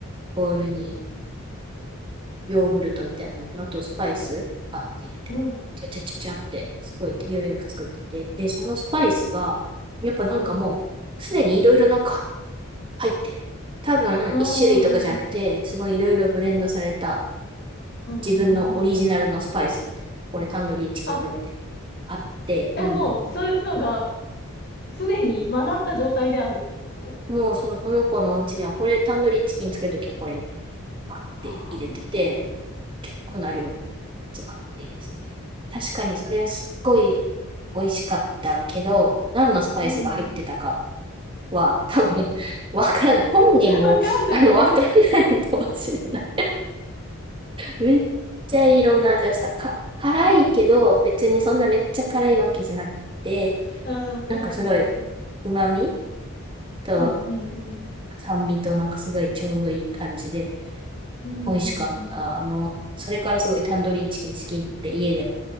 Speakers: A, on the right (about 20°); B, on the left (about 45°).
A: ボウルにヨーグルトみたいなのと、あとスパイス、バッて入れて、
B: うん、
A: ちゃちゃちゃちゃって、すごい手際よく作ってて、で、そのスパイスが、やっぱなんかもう、
B: うん、
A: すでにいろいろなんか入ってる。多分、
B: うん、
A: 一種類とかじゃなくて、
B: うん、
A: すごいいろいろブレンドされた
B: うん、
A: 自分のオリジナルのスパイスみたいな。
B: うん、うん。
A: これタンドリーチキン用みたいな
B: あ、
A: のがあって、
B: え、
A: 瓶に。
B: もう、そういうのが、すでに混ざった状態であるってこと
A: もうそ、その子のうちには、これタンドリーチキン作るときはこれみたいな。あって入れてて、
B: あ
A: 結構な量、ズバって入れてて。確かにそれはすっごい美味しかったけど、何のスパイスが入ってたか
B: あー、うん。<laughs> わ
A: は、多分、わからない。本人も、
B: かんない。
A: あの、わからないかもしれない。めっちゃいろんな味をした。か、辛いけど、別にそんなめっちゃ辛いわけじゃなくて、
B: うんうんうん。
A: なんかすごい、旨味と
B: うんうんうん。
A: 酸味となんかすごいちょうどいい感じで、
B: うんうんうん。
A: 美味しかった。あの、それからすごいタンドリーチキン好きになって、家でも